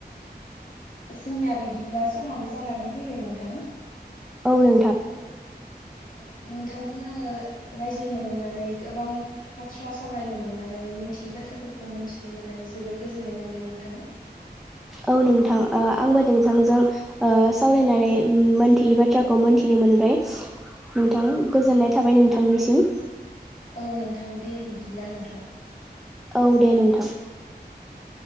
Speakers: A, on the left; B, in the centre.
A: जोंना बिदिब्ला समाबो जानानै फैबाय नोंथां
B: औ नोंथां।
A: औ नोंथांजों आङो रायज्लायनो मोननानै गोबां बाथ्रा सावरायनो मोननानै मिन्थियै बाथ्राफोरखौ मोनथिनो मोननानै जोबोर गोजोननाय मोनबाय नोंथां।
B: औ नोंथां आंबो नोंथांजों ओ सावरायनानै मोनथियै बाथ्राखौ मोनथिनो मोनबाय। नोंथां गोजोननाय थाबाय नोंथांनिसिम।
A: औ नोंथां दे बिदिब्ला नोंथां।
B: औ दे नोंथां
A: औ